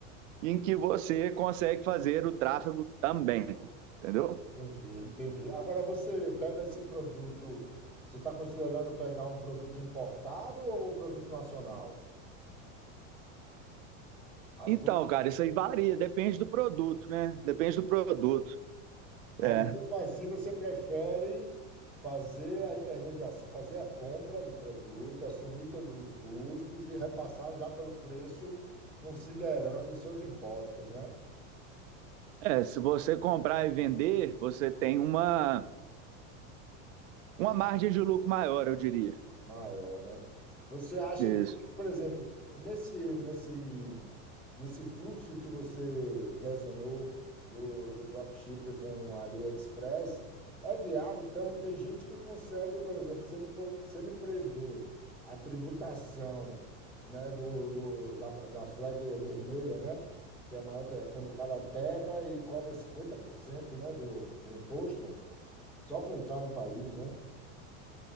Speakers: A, on the right; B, in the centre.
A: em que você consegue fazer o tráfego também, entendeu?
B: entendi, entendi. Agora, você pega esse produto, você está considerando pegar um produto importado ou um produto nacional? A
A: Então,
B: sua.
A: cara, isso aí varia, depende do produto, né? Depende do produto.
B: Mas
A: É,
B: mesmo assim, você prefere fazer a intermediação, fazer a compra do produto, assumir todos os custos e repassar já pelo preço, considerando os seus impostos, né?
A: é se você comprar e vender, você tem uma, uma margem de lucro maior, eu diria.
B: maior, né? Você acha,
A: Isso.
B: então, que, por exemplo, nesse, nesse, nesse fluxo que você desenhou do, do dropship com a AliExpress, é viável? Então, tem gente que consegue, por exemplo, se ele, pô- se ele prever a tributação, né, do, do, da, da flag vermelha, né? Que é maior, é quando o cara pega e cobra 50%, né, do, do imposto, só para entrar no país, né?